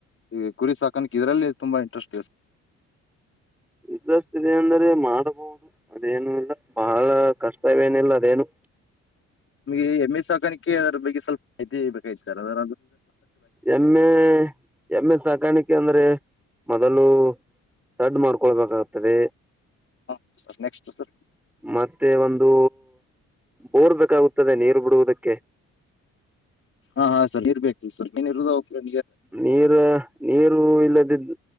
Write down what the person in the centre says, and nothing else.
ಹ್ಮ ಇದೆ ಅಂದ್ರೆ ಮಾಡಬಹುದು ಅದೇನು ಇಲ್ಲ ಬಹಳ ಕಷ್ಟವೇನಿಲ್ಲ ಅದೇನು
ಎಮ್ಮೆ ಎಮ್ಮೆ ಸಾಕಾಣಿಕೆ ಅಂದ್ರೆ ಮೊದಲು ಸಡ್ ಮಾಡ್ಕೊಳ್ಬೇಕಾಗ್ತದೆ
ಮತ್ತೆ ಒಂದು ಬೋರ್ಬೇಕೇಕಾಗುತ್ತದೆ ನೀರು ಬಿಡುವುದಕ್ಕೆ
ನೀರ ನೀರು ಇಲ್ಲದಿದ್ದ